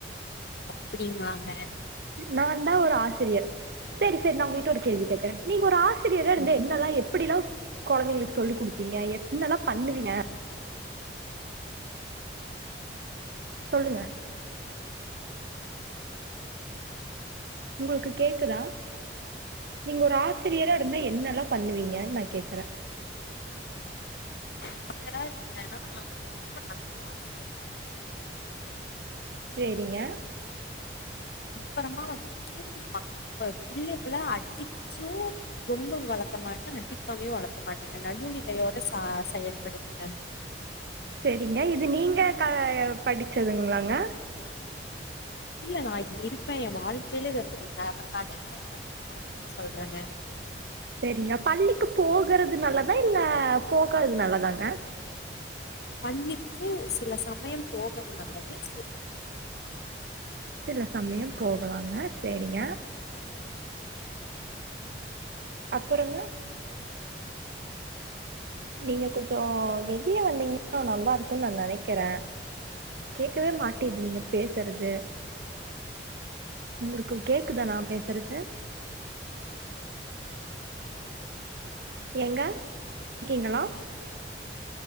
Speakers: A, on the left (about 65°); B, on the right (about 60°).
A: அப்படிங்களாங்க
B: நான் தான் ஒரு ஆசிரியர் சரி சரி நான் உங்கிட்ட ஒரு கேள்வி கேக்றேன் நீங்க ஒரு ஆசிரி யரா இருந்த
A: ம்
B: என்னெல்லாம் எப்படி எல்லாம் கொழந்தைங்களுக்கு சொல்லி் கொடுப்பீங்க என்னெல்லாம் பண்ணுவீங்க சொல்லுங்க உங்களுக்கு கேக்குதா நீங்க ஒரு ஆசிரியரா இருந்தா என்னல்லா பண்ணுவீங்கன்னு நான் கேக்குறேன்
A: ஆசிரியரா இருந்தேன்னா நான் வந்து ரொம்ப நல்லொரு ஆசிரியரா இருப்பங்க
B: செரிங்க
A: அப்புறமா வந்துட்டு மத்ல பிள்ளைகளை அடிச்சும் ரொம்ப வளர்த்தமா ட்ட அடிக்காமே வளர்த்த மாட்டேங்க நடுவுநிலையோட சா செயல்படுவங்க
B: செரிங்க இது நீங்க படிச்சதுங்களாங்க
A: இல்ல நா இப்டி இருப்பே எ வாழ்க்கைல இத நா நடைமுறைப்படுத்துவே சொல்றங்க
B: சேரிங்க பள்ளிக்கு போகறது நல்லதா இல்ல போகாதது நல்லதாங்க
A: பள்ளிக்கு சில சமயம் போவது நல்லது சில
B: சில சமயம் போகலாங்க சேரிங்க அப்பறங்க நீங்க கொஞ்ச வெளிய வந்தீங்னா நல்லாருக்குன் நா நெனைக்கிறே கேக்கவே மாட்டிது நீங்க பேசறது உங்களுக்கு கேக்குதா நா பேசறது ஏங்க இருக்கீங்களா